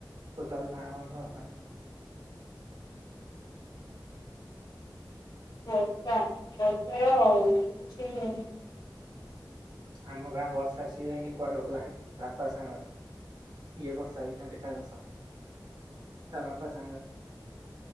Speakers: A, on the right; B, on the left.
A: ଟୋଟଲ ନାଁ ଗନ୍ଧ ନାହିଁ।
B: ବର୍ଷା ବର୍ଷାର <unintelligible>
A: ଆମ ଗାଁ ବର୍ଷା ସିଏ ଯାଇକି କୁଆଡେ ଗଲାଣି ତା ବାପା ସାଙ୍ଗରେ ଏ ବର୍ଷା ବି ଏଇନା ଦେଖାଦର୍ଶନ ନାହିଁ ତା ବାପା ସାଙ୍ଗରେ